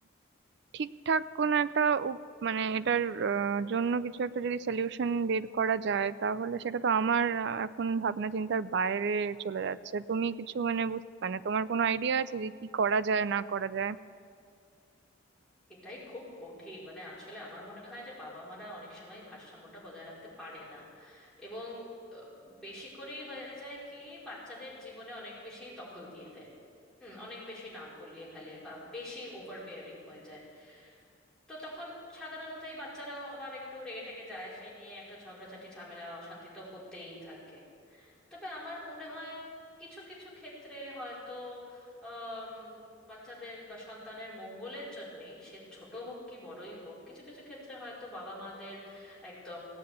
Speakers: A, on the right (about 60°); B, in the centre.
A: ঠিকঠাক কোন একটা উপ- মানে এটার আহ, জন্য কিছু একটা যদি সলিউশন বের করা যায় তাহলে সেটা তো আমার আহ, এখন ভাবনা চিন্তার বাইরে চলে যাচ্ছে তুমি কিছু মানে বুঝ- মানে তোমার কোনো আইডিয়া আছে যে কি করা যায় না করা যায়
B: এটাই খুব কঠিন মানে আসলে আমার মনে হয় যে বাবা মারা অনেক সময় ভারসাম্যটা বজায় রাখতে পারে না এবং আহ, বেশি করেই হয়ে যায় কি বাচ্চাদের জীবনে অনেক বেশি দখল দিয়ে দেয় হুম অনেক বেশি নাক গলিয়ে ফেলে বা বেশি ওভার বেয়ারিং হয়ে যায় তো তখন সাধারণত এই বাচ্চারাও আবার একটু রেগে টেগে যায় সেই নিয়ে একটা ঝগড়াঝাটি ঝামেলা অশান্তি তো হতেই থাকে তবে আমার মনে হয় কিছু কিছু ক্ষেত্রে হয়তো আম, বাচ্চাদের বা সন্তানের মঙ্গলের জন্যেই সে ছোট হোক কি বড়ই হোক কিছু কিছু ক্ষেত্রে হয়তো বাবা মাদের একদম